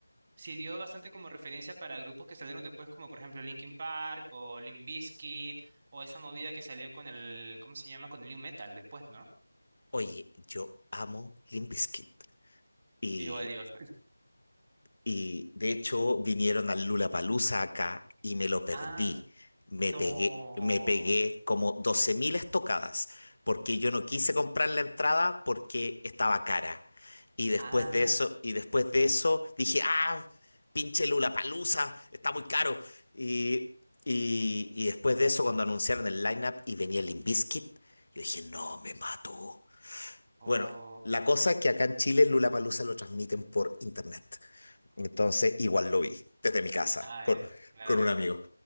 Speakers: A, on the right; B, on the left.
A: sirvió bastante como referencia para grupos que salieron después, como por ejemplo Linkin Park o Limp Bizkit, o esa movida que salió con el, ¿cómo se llama? Con el nu metal después, ¿no?
B: Oye, yo amo Limp Bizkit. Y
A: Igual Dios.
B: Y de hecho vinieron al Lollapalooza acá y me lo perdí.
A: Ah,
B: Me
A: no.
B: pegué, me pegué como 12.000 estocadas porque yo no quise comprar la entrada porque estaba cara. Y después
A: Ah,
B: de eso, y después de eso dije, ah, pinche Lollapalooza, está muy caro. Y, y, y después de eso, cuando anunciaron el lineup y venía Limp Bizkit, yo dije, no, me mato.
A: oh.
B: Bueno, la cosa es que acá en Chile Lollapalooza lo transmiten por internet. Entonces, igual lo vi desde mi casa
A: Ah,
B: con,
A: ya, claro.
B: con un amigo.